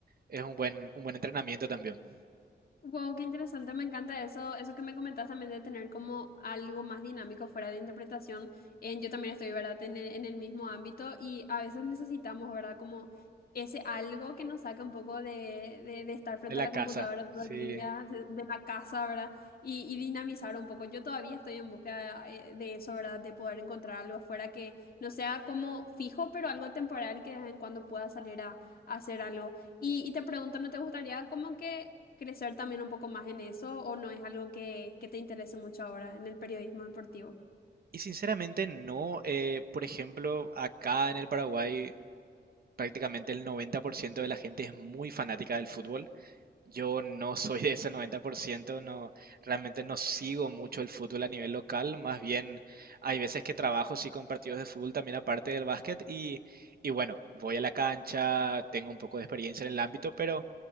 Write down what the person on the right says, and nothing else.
es un buen, un buen entrenamiento también
de la
casa.
Sí.
Y sinceramente no, eh, por ejemplo, acá en el Paraguay prácticamente el 90% de la gente es muy fanática del fútbol. Yo no soy de ese 90% no, realmente no sigo mucho el fútbol a nivel local, más bien hay veces que trabajo sí con partidos de fútbol también aparte del básquet y, y bueno, voy a la cancha, tengo un poco de experiencia en el ámbito, pero